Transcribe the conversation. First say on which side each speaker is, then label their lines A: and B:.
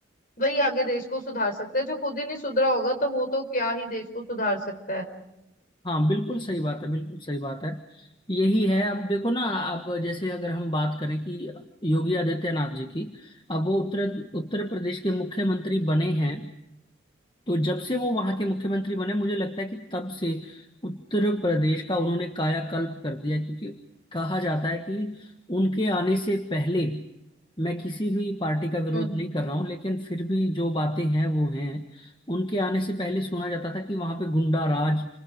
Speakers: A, on the left (about 45°); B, on the left (about 25°).
A: वही आगे देश को सुधार सकता है जो खुद ही नहीं सुधरा होगा तो वो तो क्या ही देश को सुधार सकता है
B: हाँ बिल्कुल सही बात है बिल्कुल सही बात है यही है अब देखो ना अब जैसे अगर हम बात करें कि योगी आदित्यनाथ जी की अब वो उत्तर उत्तर प्रदेश के मुख्यमंत्री बने हैं तो जब से वो वहां के मुख्यमंत्री बने मुझे लगता है कि तब से उत्तर प्रदेश का उन्होंने कायाकल्प कर दिया क्योंकि कहा जाता है कि उनके आने से पहले मैं किसी भी पार्टी का विरोध
A: हम्म
B: नहीं कर रहा हूं लेकिन फिर भी जो बातें हैं वो हैं उनके आने से पहले सुना जाता था कि वहां पे गुंडा राज